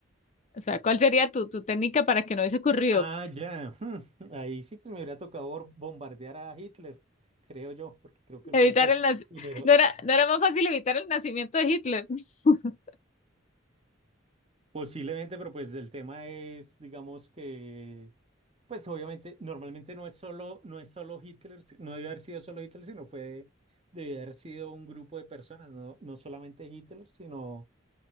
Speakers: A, on the left; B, on the right.
A: O sea, ¿cuál sería tu, tu técnica para que no hubiese ocurrido?
B: Ah, ya. hmm, Ahí sí pues me hubiera tocado bor- bombardear a Hitler, creo yo, porque creo que
A: Evitar
B: él fue el que
A: el nac-
B: generó,
A: ¿No era, no era más fácil evitar el nacimiento de Hitler? <laughs>
B: Posiblemente, pero pues el tema es, digamos que, pues obviamente, normalmente no es solo, no es solo Hitler, si- no debe haber sido solo Hitler, sino fue, debe haber sido un grupo de personas, no, no solamente Hitler, sino